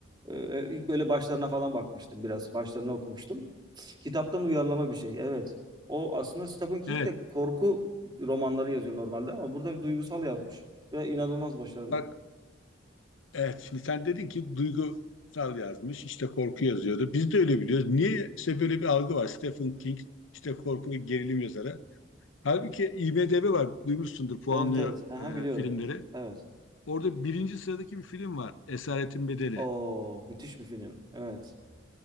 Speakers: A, on the right; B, on the left.
A: E, e, ilk böyle başlarına falan bakmıştım biraz. Başlarına okumuştum. Kitaptan uyarlama bir şey. Evet. O aslında Stephen King
B: Evet.
A: de korku romanları yazıyor normalde ama burada bir duygusal yazmış ve inanılmaz başarılı.
B: Bak evet şimdi sen dedin ki duygusal yazmış işte korku yazıyordu. Biz de öyle biliyoruz. Niye işte böyle bir algı var. Stephen King işte korku ve gerilim yazarı. Halbuki IMDb var, duymuşsundur puanlıyor
A: Evet evet. Aha, biliyorum.
B: e, filmleri.
A: Evet.
B: Orada birinci sıradaki bir film var, Esaretin Bedeli.
A: Oo, müthiş bir film. Evet.